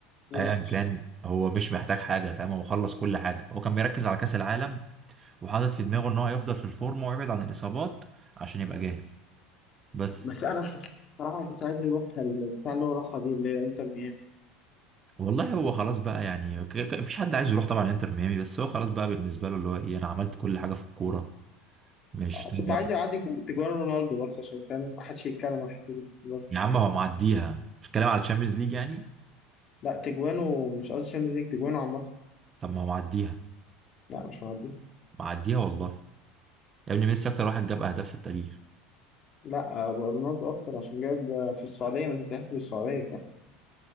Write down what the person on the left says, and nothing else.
ماشي
ماشي
بس انا بصراحة بصراحة كنت عايز يروح البتاع اللي هو راحها دي اللي هي انتر ميامي
آه،
كنت عايز يعدي جو- تجوان رونالدو بس عشان فاهم ما حدش يتكلم عن الحتة دي بس
لا تجوانه مش قصدي شامبيونز ليج تجوانه عامة
لا مش معدي
لا آه، بقى رونالدو اكتر عشان جايب آه، في السعوديه ما تتحسب السعوديه كمان